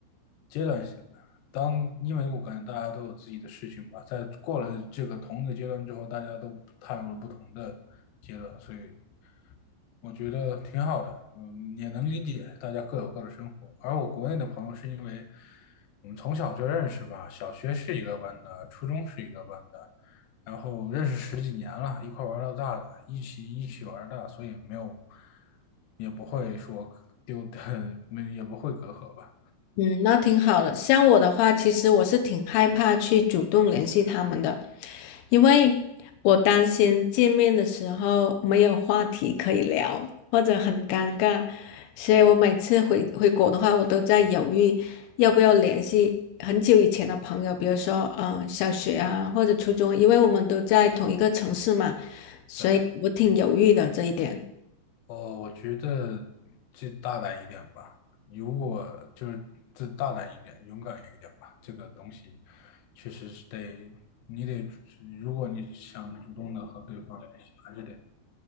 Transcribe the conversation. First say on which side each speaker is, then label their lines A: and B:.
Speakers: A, on the left; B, on the left.
A: 阶段性的。当，因为我感觉大家都有自己的事情吧，在过了这个同一个阶段之后，大家都踏入了不同的阶段，所以我觉得挺好的，嗯，也能理解大家各有各的生活。而我国内的朋友是因为我们从小就认识吧，小学是一个班的，初中是一个班的，然后认识十几年了，一块玩到大的，一起一起玩大，所以没有，也不会说丢的，<laughs> 没也不会隔阂吧，
B: 嗯，那挺好的。像我的话，其实我是挺害怕去主动联系他们的，因为我担心见面的时候没有话题可以聊，或者很尴尬，所以我每次回回国的话，我都在犹豫要不要联系很久以前的朋友，比如说嗯、呃小学啊或者初中，因为我们都在同一个城市嘛，所以我挺犹豫的这一点。
A: 对。哦，我觉得就大胆一点吧。如果就是这大胆一点，勇敢一点吧。这个东西确实是得，你得，如果你想主动的和对方联系，还是得